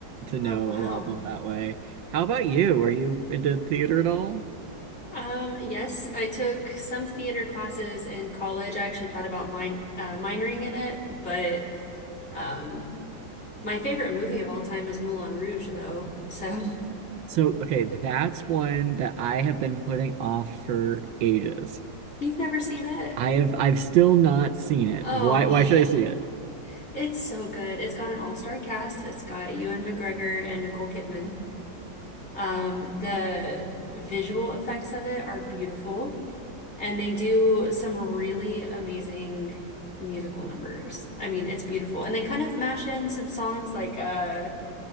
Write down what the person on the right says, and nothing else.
to know
a lot of them that way. How about you? Are you into theater at all?
So, okay, that's one that I have been putting off for ages.
I have I've still not seen it.
Why why should I see it?